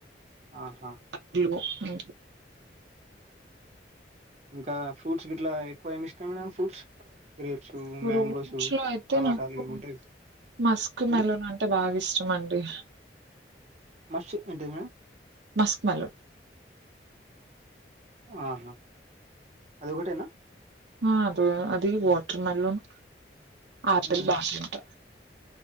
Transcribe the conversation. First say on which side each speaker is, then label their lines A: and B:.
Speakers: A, on the right; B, on the right.
A: ఆహా
B: అ <unintelligible>
A: ఇంకా ఫ్రూట్స్ ఇట్లా ఎక్కువ ఏమి ఇష్టాం మేడమ్ ఫ్రూట్స్ గ్రేప్సు
B: ఫ్రూట్స్‌లో
A: మ్యాంగోసు
B: అయితే
A: టమాటాలు
B: నాకు
A: ఇవి ఉంటాయి
B: మస్క్ మెలన్
A: ఉమ్
B: అంటే బాగా ఇష్టం అండి
A: మస్త ఏంటది మేడం
B: మస్క్ మెలన్
A: ఆహా అది ఒకటేనా
B: ఆ అద అది బట్ మలూన్ ఆపిల్
A: ఉమ్,
B: బాగా తింట